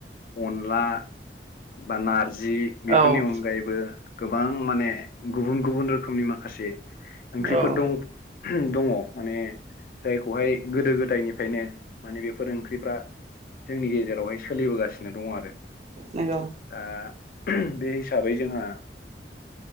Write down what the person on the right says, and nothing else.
औ
औ
नंगौ।